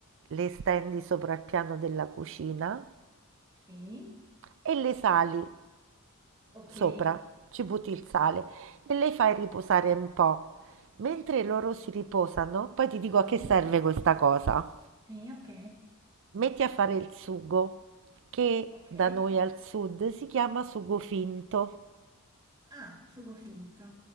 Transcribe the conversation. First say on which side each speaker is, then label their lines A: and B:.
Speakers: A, on the right; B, on the right.
A: le stendi sopra il piano della cucina
B: sì,
A: e le sali
B: okay,
A: sopra, ci butti il sale e le fai riposare un po'. Mentre loro si riposano, poi ti dico a che
B: sì.
A: serve questa cosa.
B: Sì, ok,
A: Metti a fare il sugo, che
B: ok.
A: da noi al sud si chiama sugo finto.
B: Ah, sugo finto.